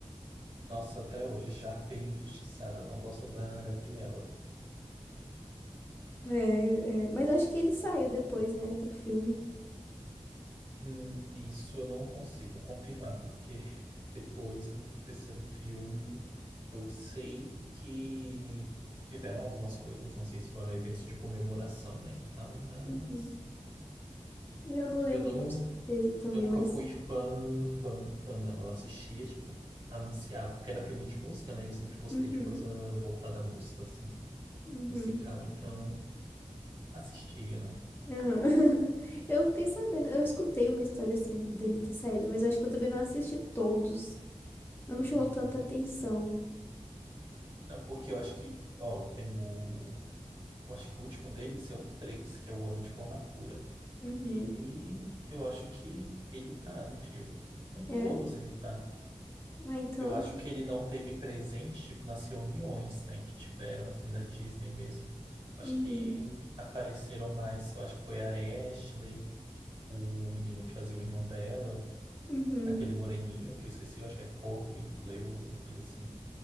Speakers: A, on the right (about 45°); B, on the left (about 20°).
A: Nossa, até hoje, Sharpay é injustiçada. Não gosto da Gabriela.
B: É, é, mas acho que ele saiu depois, né, do filme.
A: Hum, isso eu não consigo confirmar, porque <laughs> depois do terceiro filme eu sei que tiveram algumas coisas, não sei se foram eventos de comemoração, né, e tal, mas
B: Uhum. Eu não lembro
A: eu não,
B: com certeza também,
A: eu nunca
B: mas.
A: fui fã, fã, fã, não. Eu assistia, tipo, anunciava, porque era filme de música, né, e eu sempre gostei
B: Uhum,
A: de coisa voltada à música, assim,
B: uhum,
A: musical, então assistia, né.
B: aham. <laughs> Eu fiquei sabendo, eu escutei uma história assim dele ter saído, mas eu acho que eu também não assisti todos. Não me chamou
A: Uhum.
B: tanta atenção.
A: Não, porque eu acho que, ó, tem o eu acho que o último deles é o 3 que é o ano de formatura.
B: Uhum.
A: E eu acho que ele tá no filme. Em
B: É?
A: todos ele tá.
B: Ah, então.
A: Eu acho que ele não teve presente, tipo, nas reuniões, né, que tiveram, assim, da Disney mesmo. Acho
B: Uhum,
A: que apareceram mais, eu acho que foi a Ashley, o menino que fazia o irmão dela,
B: uhum,
A: aquele moreninho que eu esqueci, eu acho que é Corbin Bleu, alguma coisa assim.